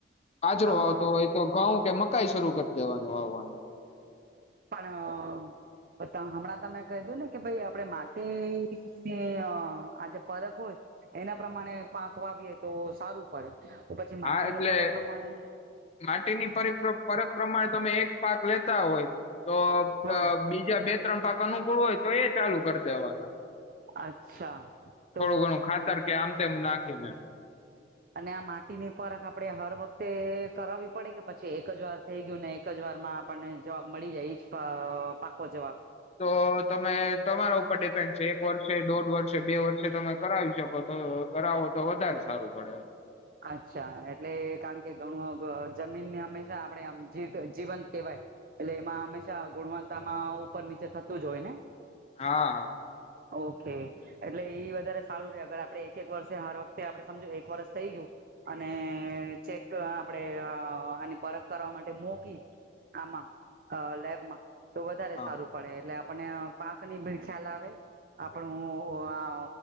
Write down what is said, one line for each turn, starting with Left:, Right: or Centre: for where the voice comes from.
Left: બાજરો
Right: અ
Left: વાવતો હોય તો ઘઉં કે મકાઈ શરૂ કરી દેવાની વાવવાનું.
Right: પણણ હમણાં તમે કહીધો ને કે ભાઈ આપણે માટી ને આંઆંઆં આજે પરખ હોય એના પ્રમાણે પાંક વાવીએ તો સારું પડે. તો પછી
Left: હા
Right: માટીની
Left: એટલે
Right: પરખ પ્રમાણે
Left: માટીની <unintelligible> પરક પ્રમાણે તમે એક પાક લેતા હોય તો
Right: હા
Left: અ બીજા બે ત્રણ પાક અનુકૂળ હોય તો એ ચાલુ કરી દેવાના.
Right: અચ્છા
Left: થોડું
Right: તો
Left: ઘણું ખાતર કે આમ તેમ નાખીને
Right: અને આ માટી ની પરખ આપડે હર વખતે કરાવવી પડે કે પછી એક જ વાર થઈ ગયું ને એક જ વાર માં આપણને જવાબ મળી જાય એજ પાઆઆ પાકો જવાબ.
Left: તો તમે તમારા ઉપર ડિપેન્ડ છે એક વર્ષે, દોઢ વર્ષે બે વર્ષે તમે કરાવી શકો તોઅઅઅ કરાવો તો વધારે સારું પડે.
Right: અચ્છા એટલે કારણ કે ઘણું જમીનને હંમેશા આપણેે આમ જી જીવંત કેહેવાય. એટલે એમાં હંમેશા ગુણવત્તામાં ઉપર નીચે થતું જ હોય ને?
Left: હાઅઅઅ.
Right: ઓ કે. એટલે ઈ વધારે સારું રહેે અગર આપડે એક એક વર્ષે હર વખતે આપણે સમજો એક વર્ષ થઇ ગયું. અનેએએ ચેક આપણેે અ આની પરખ કરવા માટે મૂકી આમાં અઅઅ લેબમાં તો વધારે
Left: હા
Right: સારું. પડે એટલે આપને અઅ પાક ની ભી ખ્યાલ આવે. આપણુ આ